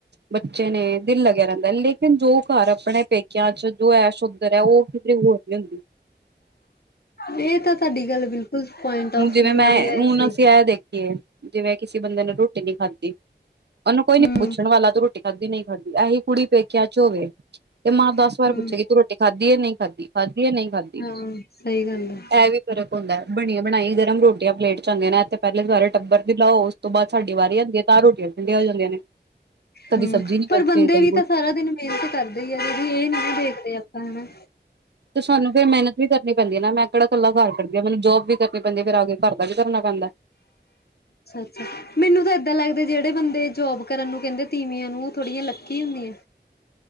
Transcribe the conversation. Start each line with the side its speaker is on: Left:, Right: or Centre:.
Right: ਬੱਚੇ ਨੇ ਦਿਲ ਲੱਗਿਆ ਰਹਿੰਦਾ ਲੇਕਿਨ ਜੋ ਘਰ ਆਪਣੇ ਪੇਕਿਆਂ ਚ ਜੋ ਐਸ਼ ਓ ਕਰਿਆ ਉਹ ਕਿਤੇ ਹੋਰ ਨੀ ਹੁੰਦੀ
Left: ਇਹ ਤਾਂ ਤੁਹਾਡੀ ਗੱਲ ਬਿਲਕੁਲ ਫੁਲ ਪੁਆਇੰਟ ਆਫ
Right: ਹੁਣ ਜਿਵੇਂ
Left: ਵਿਊ
Right: ਮੈਂ
Left: ਵਾਲੀ ਆ
Right: ਹੁਣ
Left: ਇਹ ਸਹੀ।
Right: ਅਸੀਂ ਐ ਦੇਖੀਏ ਜਿਵੇਂ ਕਿਸੇ ਬੰਦੇ ਨੇ ਰੋਟੀ ਨੀ ਖਾਧੀ ਉਹਨੂੰ ਕੋਈ ਨੀ
Left: ਹੂੰ,
Right: ਪੁੱਛਣ ਵਾਲਾ ਤੂੰ ਰ ਰੋਟੀ ਖਾਧੀ ਨੀ ਨਹੀਂ ਖਾਧੀ ਐਹੀ ਕੁੜੀ ਪੇਕਿਆ ਚ ਹੋਵੇ ਤੇ ਮਾਂ ਦਸ
Left: ਹੂੰ,
Right: ਵਾਰ ਪੁੱਛੇਗੀ ਤੂੰ ਰੋਟੀ ਖਾਧੀ ਹੈ ਨਹੀਂ ਖਾਧੀ ਖਾਧੀ ਹੈ ਨਹੀਂ ਖਾਧੀ
Left: ਹਾਂ ਸਹੀ ਗੱਲ ਆ।
Right: ਇਹ ਵੀ ਫ਼ਰਕ ਹੁੰਦਾ ਬਣੀਆ ਬਣਾਈ ਗਰਮ ਰੋਟੀਆਂ ਪਲੇਟ ਚ ਆਦੀਆਂ ਨੇ ਇੱਥੇ ਪਹਿਲੇ ਸਾਰੇ ਟੱਬਰ ਲਓ ਉਸ ਤੋਂ ਬਾਅਦ ਸਾਡੀ ਵਾਰੀ ਆਂਦੀ ਹੈ ਤਾਂ ਰੋਟੀ ਠੰਡੀਆਂ ਹੋ ਜਾਂਦੀਆਂ ਨੇ ਕਦੀ
Left: ਹੂੰ,
Right: ਸਬਜ਼ੀ ਨੀ
Left: ਪਰ
Right: ਬਚਦੀ
Left: ਬੰਦੇ
Right: ਕਦੀ
Left: ਵੀ
Right: ਕੁਛ
Left: ਤਾਂ ਸਾਰਾ ਦਿਨ ਮਿਹਨਤ ਕਰਦੇ ਈ ਇਹ ਨੀ ਨਾਂ ਦੇੇਖਦੇ ਆਪਾਂ ਹੈਂ।
Right: ਤੇ ਸਾਨੂੰ ਫਿਰ ਮਿਹਨਤ ਵੀ ਕਰਨੀ ਪੈਂਦੀ ਐ ਨਾ, ਮੈਂ ਕੇੜਾ ਕੱਲਾ ਕਾਰ ਕਰਦੀ ਆਂ ਮੈਨੂੰ ਜੋਬ ਵੀ ਕਰਨੀ ਪੈਂਦੀ ਐ ਫੇਰ ਆ ਕੇ ਘਰ ਦਾ ਵੀ ਕਰਨਾ ਪੈਂਦਾ।
Left: ਅੱਛਾ ਮੈਨੂੰ ਤਾਂ ਏਦਾਂ ਲੱਗਦੇ ਜੇੜੇ ਬੰਦੇ ਜੋਬ ਕਰਨ ਨੂੰ ਕੈਂਦੇ ਤੀਵੀਆਂ ਨੂੰ ਓ ਥੋੜੀਆਂ ਲੱਕੀ ਹੁੰਦੀਆਂ।